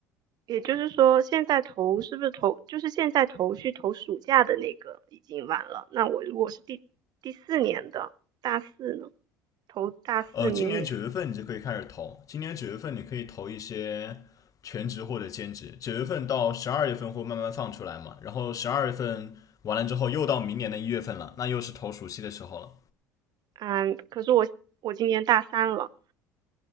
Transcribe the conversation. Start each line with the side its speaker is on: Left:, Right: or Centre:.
Right: 也就是说，现在投是不是投，就是现在投去投暑假的那个已经晚了。那我如果是第第四年的大四呢，投大四明年，
Left: 呃，今年九月份你就可以开始投，今年九月份你可以投一些全职或者兼职，九月份到十二月份会慢慢放出来嘛，然后十二月份完了之后又到明年的一月份了，那又是投暑期的时候了。
Right: 嗯，可是我我今年大三了，